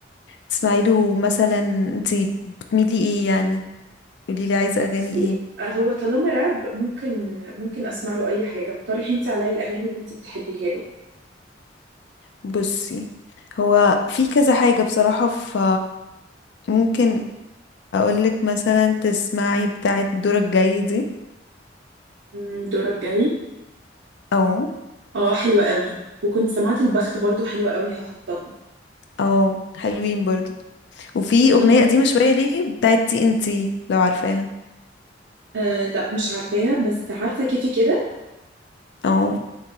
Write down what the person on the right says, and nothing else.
بصي
هو طالما راب ممكن ممكن اسمع له اي حاجه اقترحي انت عليا الاغاني اللي انت بتحبيها له
أمم، دورك جاي
اه حلوه قوي وكنت سمعت البخت برضو حلوه قوي هحطها
آه
آه لا مش عارفاها بس عارفه كيفي كده